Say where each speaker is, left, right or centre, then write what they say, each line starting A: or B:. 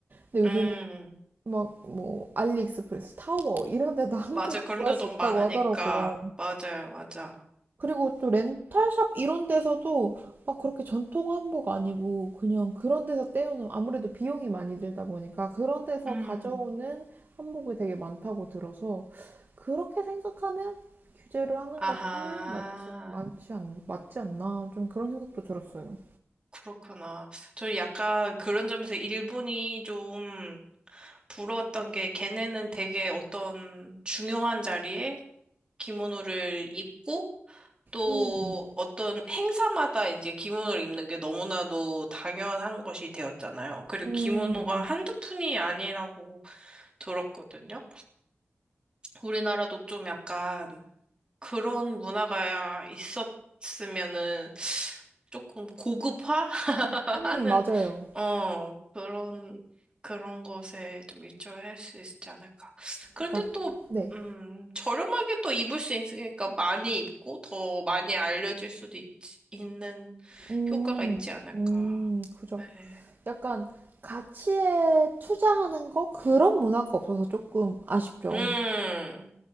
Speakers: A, on the right (about 45°); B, on the right (about 20°).
A: 근데
B: 음.
A: 요새는 막 뭐 알리익스프레스, 타오바오 이런 데도 <laughs> 한복
B: 맞아요. 거름도
A: 구할 수
B: 너무
A: 있다고
B: 많으니까.
A: 하더라고요.
B: 맞아요, 맞아.
A: 그리고 또 렌탈샵 이런 데서도 막 그렇게 전통 한복 아니고 그냥 그런 데서 떼오는 아무래도 비용이 많이 들다 보니까 그런 데서
B: 음.
A: 가져오는 한복이 되게 많다고 들어서 그렇게 생각하면 규제를 하는
B: 아하,
A: 것도 맞지, 맞지 않, 맞지 않나 좀 그런 생각도 들었어요.
B: 그렇구나. 저는 약간 그런 점에서 일본이 좀 부러웠던 게 걔네는 되게 어떤 중요한 자리에 기모노를 입고 또
A: 음,
B: 어떤 행사마다 이제 기모노를 입는 게 너무나도 당연한 것이 되었잖아요. 그리고
A: 음, 음,
B: 기모노가
A: 음.
B: 한두 푼이 아니라고 들었거든요. 우리나라도 좀 약간 그런 문화가 있었으면은 조금 고급화하는
A: 음, 맞아요.
B: <laughs> 어 그런 그런 것에 좀 일조할 수 있지 않을까. 그런데
A: 약간,
B: 또
A: 네.
B: 음, 저렴하게 또 입을 수 있으니까 많이 입고 더 많이 알려질 수도 있, 있는
A: 음,
B: 효과가 있지 않을까.
A: 음, 그죠.
B: 네.
A: 약간 가치에 투자하는 거? 그런 문화가 없어서 조금 아쉽죠.
B: 음,